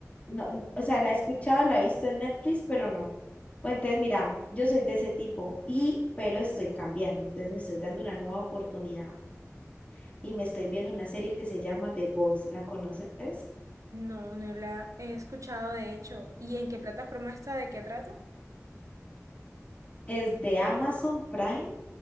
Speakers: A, on the left (about 25°); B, on the right (about 80°).
A: no, n- o sea, la he escuchado, la he visto en Netflix, pero no. Pues entonces, mira, yo soy de ese tipo y, pero estoy cambiando, entonces me estoy dando una nueva oportunidad y me estoy viendo una serie que se llama The Boys, ¿la conoces?
B: No, no la he escuchado, de hecho. ¿Y en qué plataforma está? ¿De qué trata?
A: es de Amazon Prime